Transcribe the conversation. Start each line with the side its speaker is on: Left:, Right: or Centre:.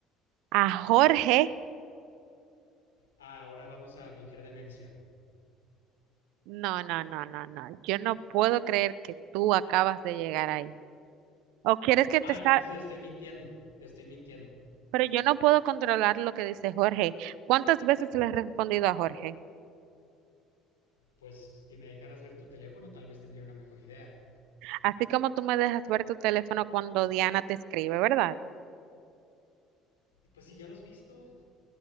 Right: A Jorge,
Left: Ah, ahora vamos a fingir demencia.
Right: no, no, no, no, no. Yo no puedo creer que tú acabas de llegar ahí. O quieres que
Left: Ah,
Right: te está,
Left: entonces estoy mintiendo, estoy mintiendo.
Right: pero yo no puedo controlar lo que dice Jorge. ¿Cuántas veces le has respondido a Jorge?
Left: Pues si me dejaras ver tu teléfono, tal vez tendría una mejor idea.
Right: Así como tú me dejas ver tu teléfono cuando Diana te escribe, ¿verdad?
Left: Pues si ya lo has visto.